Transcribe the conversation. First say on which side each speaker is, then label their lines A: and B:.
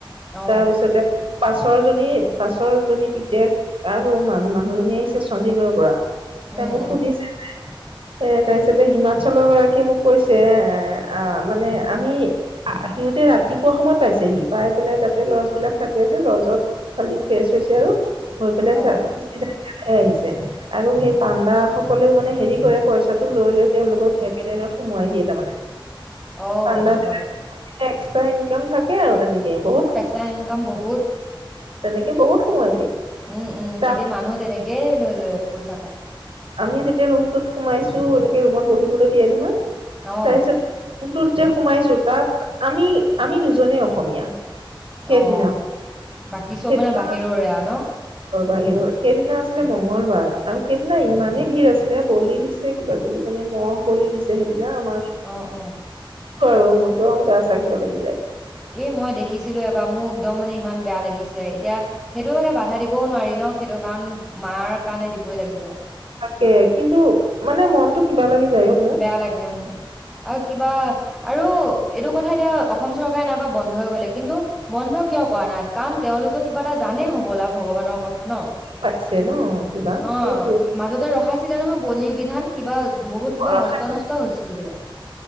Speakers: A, in the centre; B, on the right.
A: অ',
B: তাৰ পিছতে পাছৰ জনী পাছৰ জনী পিতেক আৰু মান মানুহজনী আহিছে চণ্ডীগড়ৰ পৰা।
A: উম,
B: তাই মোক
A: উম,
B: সুধিছে যে এ তাৰপিছতে হিমাচলৰ গৰাকীয়ে মোক কৈছে এ মানে আমি আহ সিহঁতে ৰাতিপুৱা সময়ত পাইছেহি, পাই পেলাই তাতে লজবিলাক থাক যে লজত খালি ফ্ৰেচ হৈছে আৰু হৈ পেলাই
A: অ',
B: চ চাকি জ্বলাই আহিছে, আৰু সেই পাণ্ডা সকলেও মানে হেৰি কৰে, পইচাটো লৈ লৈ তেওঁলোক ভি আই পি লাইনত সুমুৱাই দিয়ে তাৰানে
A: অ',
B: পাণ্ডাবিলাক
A: হয় দিয়ক
B: এক্সট্ৰা ইনকাম থাকে আৰু তেনেকে, বহুত
A: তাৰ ইনকাম বহুত।
B: তেনেকে বহুত সুমুৱাই দিয়ে।
A: উম, উম
B: তাৰ
A: খেতিৰ মানুহে তেনেকেই লৈ লয় পইচা পায়।
B: আমি যেতিয়া ৰুমটোত সোমাইছো, এনেকে ৰুমত বহিবলৈ দিয়ে নহয়।
A: অ',
B: তাৰপিছত ৰোমটোত যে সোমাইছো তাত আমি আমি দুজনেই অসমীয়া। সেইদিনাখন
A: অ' বাকী চব
B: সেইদিনা
A: মানে বাহিৰৰে আৰু ন?
B: বাহিৰৰ। সেইদিনা আছিলে মঙগলবাৰ আৰু সেইদিনা ইমানেই ভিৰ আছিলে বলি দিছে কিবা- কিবি মানে মহ' বুলি দিছে, সেইদিনা আমাৰ
A: অ- অ।
B: কৰ গা চাগিব লাগি যায়।
A: এ মই দেখিছোঁ ছিলো এবাৰ, মোক একদম মানে ইমান বেয়া লাগিছে। এতিয়া সেইটোও এয়া বাধা দিবও নোৱাৰি ন সেইটো কাৰণ মাৰ কাৰণে দিবই লাগিব।
B: কে কিন্তু মানে মনতটো কিবা লাগি যায়ও।
A: বেয়া লাগে উম, আৰু কিবা আৰু এইটো কথা, এতিয়া অসম চৰকাৰে নাইবা বন্ধই কৰিলে। কিন্তু - বন্ধ কিয় কৰা নাই? কাৰণ তেওঁলোকেও কিবা এটা জানেই হ'বলা ভগৱানৰ কথা ন।
B: পাইছে ন কিবা
A: অ,
B: সেইটোৱে
A: মাজতে ৰখাইছ ছিলে নহয়, বলি বিধান কিবা বহুত কিবা
B: ৰখাইছে
A: হস্ত- নষ্ট হৈছিল বোলে।